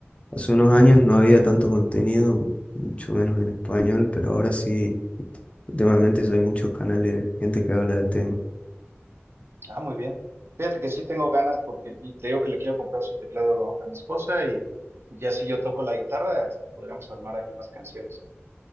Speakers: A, on the left; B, on the right.
A: hace unos años no había tanto contenido, mucho menos en español, pero ahora sí, últimamente ya hay muchos canales de gente que habla del tema.
B: Ah, muy bien. Fíjate que sí tengo ganas porque le- te digo que le quiero comprar su teclado a mi esposa y ya si yo toco la guitarra, podríamos armar ahí unas canciones.